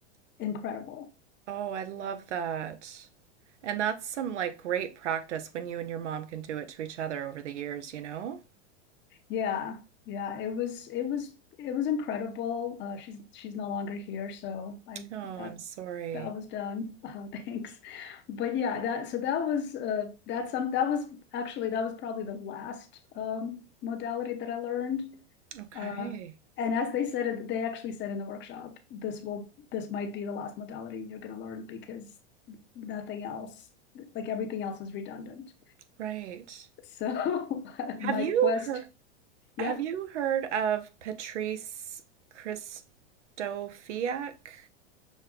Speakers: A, on the left; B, on the right.
A: incredible.
B: Oh, I love that. And that's some like great practice when you and your mom can do it to each other over the years, you know?
A: Yeah, yeah, it was it was it was incredible. Uh, she's she's no longer here, so I
B: Oh, I'm
A: that
B: sorry.
A: that was done. <laughs> Uh, thanks. But yeah, that so that was uh that's some that was actually that was probably the last um modality that I learned.
B: Okay.
A: Uh, and as they said it, they actually said in the workshop, this will this might be the last modality you're going to learn because nothing else, like everything else is redundant.
B: Right.
A: So <laughs>
B: Have
A: my
B: you
A: quest,
B: heard
A: yeah,
B: have you heard of Patrice Christofiak?